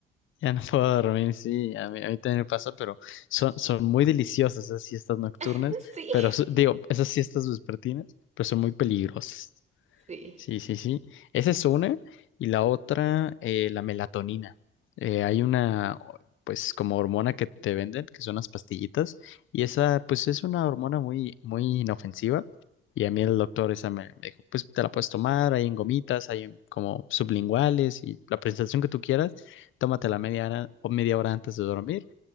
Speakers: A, on the left; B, on the right.
A: Ya no puedo dormir, sí, a mí, a mí también me pasa, pero son, son muy deliciosas esas siestas nocturnas,
B: <laughs> Sí,
A: pero s- digo, esas siestas vespertinas, pero son muy peligrosas.
B: <laughs> sí.
A: Sí, sí, sí. Esa es una. Y la otra, eh, la melatonina. Eh, hay una, pues, como hormona que te venden, que son las pastillitas. Y esa, pues, es una hormona muy, muy inofensiva. Y a mí el doctor esa me, me dijo, pues, te la puedes tomar, hay en gomitas, hay en como sublinguales y la presentación que tú quieras. Tómatela media hora o media hora antes de dormir